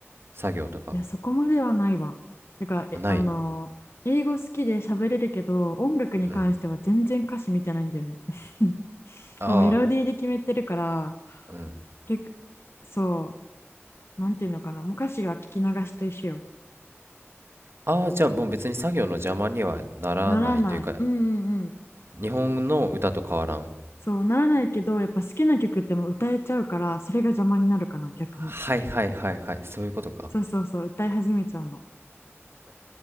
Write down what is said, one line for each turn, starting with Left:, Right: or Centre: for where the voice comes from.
Right: 作業とか。
Left: いや、そこまではないわ。てか、え、
Right: ない。
Left: あのー英語好きで喋れるけど、音楽に関しては全然歌詞見てないんだよね。
Right: うん。
Left: <laughs>
Right: あ
Left: もうメロディーで決めてるから、
Right: あ、うん。
Left: 結構、そう、なんていうのかな。もう歌詞が聞き流しと一緒よ。
Right: ああ、じゃあもう別に作業の邪魔にはならないというか、
Left: ならない。うんうんうん。
Right: 日本の歌と変わらん。
Left: そう、ならないけど、やっぱ好きな曲ってもう歌えちゃうから、それが邪魔になるかな、逆に。
Right: はいはいはいはい。そういうことか。
Left: そうそうそう、歌い始めちゃうの。